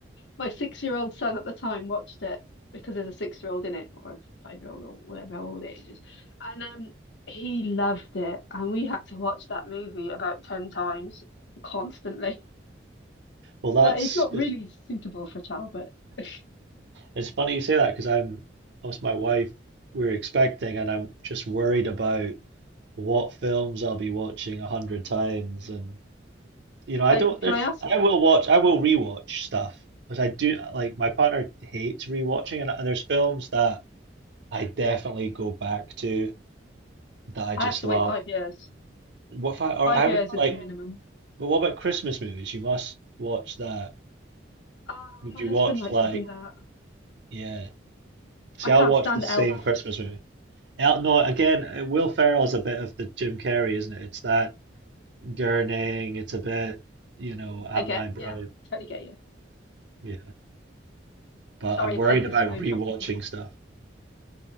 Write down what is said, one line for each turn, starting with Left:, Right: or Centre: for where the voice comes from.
Left: my six-year-old son at the time watched it because there's a six-year-old in it, or a five-year-old, or whatever how old age is, and um, he loved it, and we had to watch that movie about ten times constantly. <laughs>
Right: Well, that's
Left: But it's not
Right: 'cause
Left: really suitable for a child. But <laughs>
Right: it's funny you say that because I'm us my wife we're expecting and I'm just worried about what films I'll be watching a hundred times and you know I
Left: I
Right: don't there's
Left: can I ask?
Right: I will watch I will rewatch stuff but I do like my partner hates rewatching and, and there's films that. I definitely go back to that I just
Left: I have to
Right: love.
Left: wait five years.
Right: What if I or
Left: Five
Right: I
Left: years
Right: would like
Left: is the minimum.
Right: but what about Christmas movies? You must watch that.
Left: Oh,
Right: Would
Left: my
Right: you
Left: husband
Right: watch
Left: likes
Right: like
Left: to do that.
Right: yeah. See,
Left: I
Right: I'll
Left: can't
Right: watch
Left: stand
Right: the same
Left: Elf.
Right: Christmas movie. El, no, again, uh, Will Ferrell's a bit of the Jim Carrey, isn't it? It's that gurning, it's a bit, you know, I'm
Left: I get,
Right: eyebrow.
Left: yeah, totally get you.
Right: Yeah.
Left: <laughs>
Right: But
Left: Sorry,
Right: I'm worried
Left: I just
Right: about
Left: I interrupted
Right: rewatching
Left: you.
Right: stuff.